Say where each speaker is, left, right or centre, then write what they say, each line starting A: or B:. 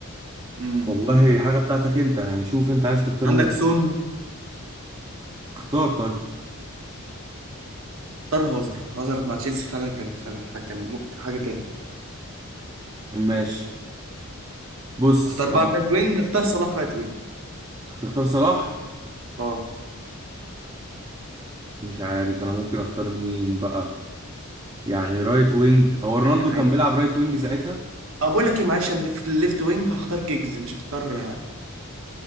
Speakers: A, on the right; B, on the right.
A: مم.
B: والله حاجة بتاعتك انت يعني شوف انت عايز تختار
A: عندك
B: مين
A: سون
B: اختار طيب
A: اختار هازارد هازارد مع تشيلسي فعلا كان فعلا ح- كان ممكن حاجة تاني
B: ماشي بص
A: اختار بقى
B: اه،
A: رايت وينج اختار صلاح رايت وينج
B: هتختار صلاح
A: اه
B: مش عارف انا ممكن اختار مين بقى يعني رايت
A: ممكن
B: وينج هو رونالدو
A: تاني عادي
B: كان بيلعب رايت وينج ساعتها
A: أه، بقول لك ايه معلش انا في الليفت وينج هختار كيجز مش هختار آه،